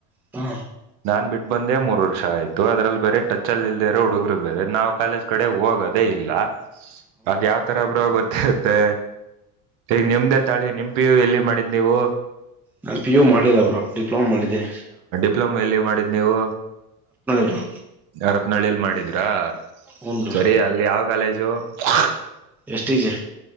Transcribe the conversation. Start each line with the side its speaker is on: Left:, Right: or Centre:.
Centre: ಹ
Right: ನಾನ್ ಬಿಟ್ಟ ಬಂದೇ ಮೂರ್ ವರ್ಷ ಆಯ್ತು ಅದ್ರಲ್ಲಿ ಬೇರೆ ಟಚ್ ಅಲ್ಲಿ ಇಲ್ದ ಇರೋ ಹುಡುಗರು ಬೇರೆ ನಾವು ಕಾಲೇಜ್ ಕಡೆ ಹೋಗೋದೇ ಇಲ್ಲ ಅದ್ ಯಾವ್ ತರ ಬ್ರೋ ಗೊತ್ತ <unintelligible> ನಿಮ್ಮ್ <inaudible> ಯಮ <unintelligible> ತಾಳೆ ನಿಂಪಿು ಎಲ್ಲಿ ಮಾಡಿದ್ ನೀವು
Centre: ನಾನು ಪಿ ಯು ಮಾಡ್ಲಿಲ್ಲ ಬ್ರೋ ಡಿಪ್ಲೊಮ ಮಾಡಿದೆ
Right: ಡಿಪ್ಲೊಮ ಎಲ್ಲಿ ಮಾಡಿದ್ದ್ ನೀವು
Centre: ಬ್ರೋ
Right: ಅರಪನಳ್ಳಿಲ್ ಮಾಡಿದ್ವಿ ದಾ
Centre: ಹ್ಮ್ ಬ್ರೋ
Right: ಸರಿ ಅಲ್ಲಿ ಯಾವ ಕಾಲೇಜ್ ಜೊ <unintelligible>
Centre: ಎಷ್ಟ <unintelligible> ಈಜಿ